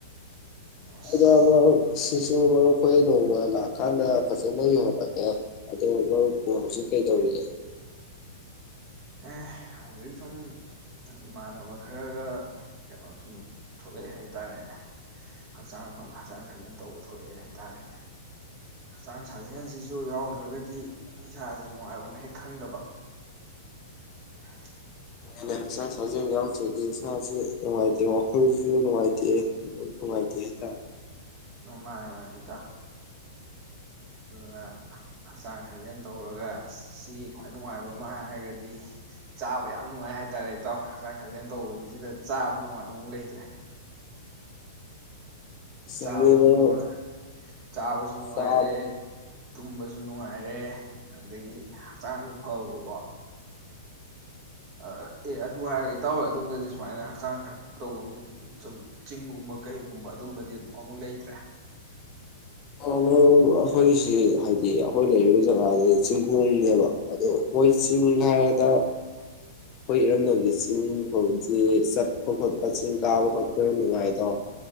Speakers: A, on the right; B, on the left.
A: ꯑꯁ
B: ꯑꯗ ꯃꯔꯨꯞ ꯁꯤꯁꯨ ꯃꯔꯨꯞꯈꯣꯏ ꯅꯣꯡꯃ ꯂꯥꯛꯑꯀꯥꯟꯗ ꯐꯖꯅ ꯌꯦꯡꯍꯜꯂꯒꯦ ꯑꯗꯨꯗ ꯃꯔꯨꯞꯄꯨ ꯍꯧꯖꯤꯛ ꯀꯩꯗꯧꯔꯤꯒꯦ
A: ꯑꯦ ꯍꯧꯖꯤꯛ ꯁꯨꯝ ꯏꯃꯥꯟꯅꯕ ꯈꯔꯒ ꯀꯩꯅꯣ ꯁꯨꯝ ꯊꯣꯛꯂꯛꯑꯦ ꯍꯥꯏ ꯇꯥꯔꯦꯅꯦ ꯍꯛꯆꯥꯡ ꯐꯅ ꯍꯛꯆꯥꯡ ꯁꯥꯖꯦꯜ ꯇꯧꯕ ꯊꯣꯛꯂꯛꯑꯦ ꯍꯥꯏ ꯇꯥꯔꯦꯅꯦ ꯍꯛꯆꯥꯡ ꯁꯥꯖꯦꯜꯁꯤꯁꯨ ꯌꯥꯎꯗ꯭ꯔꯒꯗꯤ ꯏꯁꯥꯁꯦ ꯅꯨꯡꯉꯥꯏꯕꯝ ꯍꯦꯛ ꯈꯪꯗꯕ ꯍ
B: ꯅꯦ ꯍꯛꯆꯥꯡ ꯁꯥꯖꯦꯜ ꯌꯥꯎꯗ꯭ꯔꯗꯤ ꯏꯁꯥꯁꯦ ꯅꯨꯡꯉꯥꯏꯇꯦ ꯋꯥꯈꯜꯁꯨ ꯅꯨꯡꯉꯥꯏꯇꯦ ꯅꯨꯡꯉꯥꯏꯇꯦ ꯍꯥꯏꯇꯥꯔꯦ
A: ꯎꯝ ꯃꯥꯅꯤ ꯃꯥꯅꯤ ꯏꯇꯥꯎ ꯑꯗꯨꯅ ꯍꯛꯆꯥꯡ ꯁꯥꯖꯦꯜ ꯇꯧꯔꯒ ꯁꯤꯒꯤ ꯈ꯭ꯋꯥꯏ ꯅꯨꯡꯉꯥꯏꯕ ꯑꯃ ꯍꯥꯏꯔꯒꯗꯤ ꯆꯥꯕ ꯌꯥꯝ ꯅꯨꯡꯉꯥꯏ ꯍꯥꯏꯇꯥꯔꯦ ꯏꯇꯥꯎ ꯍꯛꯆꯥꯡ ꯁꯥꯖꯦꯜ ꯇꯧꯕꯗꯨ ꯁꯤꯗ ꯆꯥꯕ ꯅꯨꯡꯉꯥꯏꯕꯃꯨꯛ ꯂꯩꯇ꯭ꯔꯦ
B: ꯆꯨꯝꯃꯤ
A: ꯆꯥꯕꯁꯨ
B: ꯃꯔꯨꯞ
A: ꯅꯨꯡꯉꯥꯏ ꯆꯥꯕꯁꯨ ꯅꯨꯡꯉꯥꯏꯔꯦ
B: ꯆꯥꯛ
A: ꯇꯨꯝꯕꯁꯨ ꯅꯨꯡꯉꯥꯏꯔꯦ ꯑꯗꯒꯤ ꯍꯛꯆꯥꯡꯁꯨ ꯐꯕꯀꯣ ꯑ ꯑꯦ ꯑꯗꯨ ꯍꯥꯏꯔꯒ ꯏꯇꯥꯎ ꯑꯗꯣꯝꯗꯗꯤ ꯁꯨꯃꯥꯏꯅ ꯍꯛꯆꯥꯡ ꯇꯧꯕꯝꯁꯦ ꯁꯨꯝ ꯆꯤꯡꯒꯨꯝꯕ ꯀꯩꯒꯨꯝꯕ ꯑꯗꯨꯝꯕꯗꯤ ꯑꯃꯨꯛ ꯂꯩꯇ꯭ꯔꯦ
B: ꯍꯥꯂꯣ ꯑꯩꯈꯣꯏꯒꯤꯁꯤ ꯍꯥꯏꯗꯤ ꯑꯩꯈꯣꯏ ꯂꯩꯔꯤꯕ ꯖꯒꯥꯁꯤ ꯆꯤꯡꯈꯣꯡꯅꯦꯕ ꯑꯗꯣ ꯑꯩꯈꯣꯏ ꯆꯤꯡ ꯍꯥꯏꯔꯗ ꯑꯩꯈꯣꯏ ꯏꯔꯝꯗꯝꯒꯤ ꯆꯤꯡ ꯐꯁꯦ ꯆꯠꯄ ꯈꯣꯠꯄ ꯆꯤꯡ ꯀꯥꯕ ꯈꯣꯠꯄ ꯌꯥꯝ ꯅꯨꯡꯉꯥꯏꯗꯣ